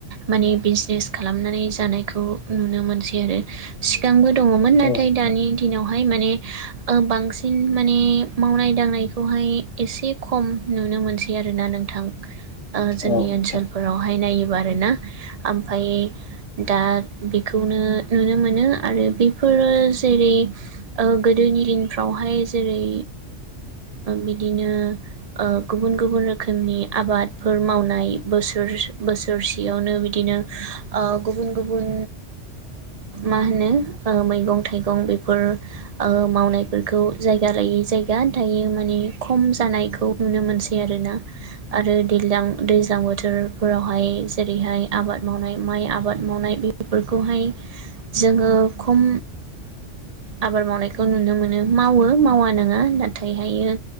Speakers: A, on the right; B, on the left.
A: माने बिजनेस खालामनानै जानायखौ नुनो मोनसै आरो सिगांबो दङमोन नाथाय
B: औ नोंथां
A: दानि दिनाव हाय माने बांसिन माने मावनाय दांनायखौहाय एसे खम नुनो मोनसै आरोना नोंथां जोंनि
B: औ नोंथां
A: ओनसोलफोरावहाय नाय आरोना ओमफ्राय दा बेखौनो नुनो मोनो आरो बेफोर फोर जेरै गोदोनि दिनफ्रावहाय जेरै बिदिनो गुबुन गु गुबुन रोखोमनि आबादफोर मावनाय बोसोर बोसोरसेयावनो बिदिनो गुबुन गुबुन मा होनो मैगं थाइगं बेफोर मावनायफोरखौ जायो जायगा लायै जायगा दायो माने खम जानायखौ नुनो मोनसै आरोना आरो दैलां दैज्लां बोथोरफोरावहाय जेरैहाय आबाद मावनाय आबाद मावनाय बेफोरखौहाय जोङो खम आबाद मावनायखौ नुनो मोनो मावो मावा नङा नाथायहायो